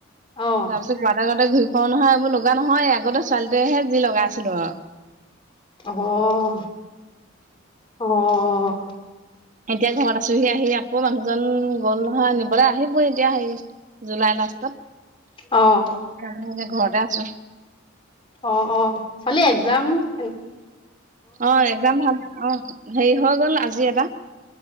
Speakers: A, on the left; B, on the right.
A: অ',
B: তাপাচত গাতে গাতে ঘুই চ নহয় এইবোৰ লগা নহয় আগতে ছোৱালীটোৱেহে যি লগা আছিলো আৱ।
A: অহ অহ
B: এতিয়া ঘৰত আছোহি আহি আকৌ মানুহজন গল নহয় নিবলৈ আহিব এতিয়া হে জুলাই লাষ্ট ক'ত
A: অ',
B: মানে ঘৰতে আছো
A: অ অ ছোৱালী একজাম কেনে
B: অ একজাম ভাল অ হেৰি হৈ গল আজি এটা